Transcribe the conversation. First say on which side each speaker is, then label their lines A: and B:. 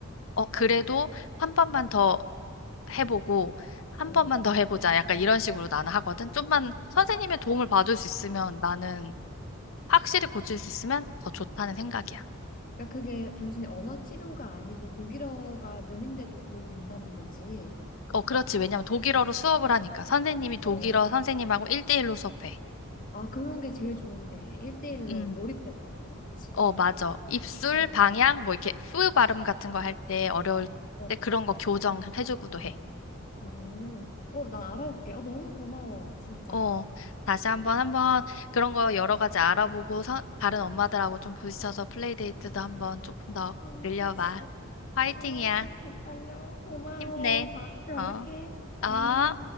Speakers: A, on the left; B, on the left.
A: 어, 그래도 한 번만 더 해보고 한
B: 어,
A: 번만 더 해보자. 약간 이런 식으로 나는 하거든. 좀만 선생님의
B: 어.
A: 도움을 받을 수 있으면 나는 확실히 고칠 수 있으면 더 좋다는 생각이야.
B: 그러니까 그게 단순히 언어 치료가 아니고 독일어가 느는데도 도움이 된다는 거지.
A: 어, 그렇지. 왜냐면 독일어로 수업을 하니까 선생님이 독일어
B: 어,
A: 선생님하고 1대1로 수업해.
B: 아, 그런 게 제일 좋은데. 일대일로
A: 음.
B: 몰입해서 하는 거, 그치?
A: 어, 맞아. 입술,
B: 어,
A: 방향, 뭐 이렇게 푸 발음 같은 거 할 때 어려울
B: 어,
A: 때 그런 거 교정해주고도 해.
B: 어, 어, 나 알아볼게. 어, 너무 고마워, 진짜.
A: 어, 다시 한번
B: 어,
A: 한번 그런 거 여러 가지 알아보고 서- 다른 엄마들하고 좀 부딪혀서 플레이데이트도 한번 조금 더
B: 알겠어.
A: 늘려봐. 화이팅이야.
B: 아, 기빨려. 고마워.
A: 힘내.
B: 다음에 또 연락해.
A: 어,
B: 음.
A: 어.